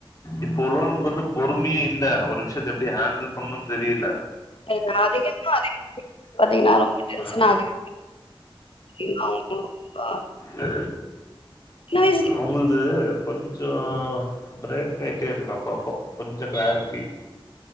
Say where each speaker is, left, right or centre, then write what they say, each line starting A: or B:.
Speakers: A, on the left; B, on the left.
A: இப்ப உள்ளவங்க்கு வந்து பொறுமையே இல்ல ஒரு விஷயத்த எப்டி ஹேண்டில் பண்ணுன்னு தெரியில
B: <unintelligible> அதிக அதிக பாத்தீங்கன்னா ரொம்ப டென்ஷனாகுது
A: அ
B: இங்க <inaudible> ஆ
A: இ
B: சின்ன வயசு
A: உங்குள்து கொஞ்ச பிரேக் ஆயிட்டே இருக்குது அப்பப்போ கொஞ்ச கிளாரிட்டி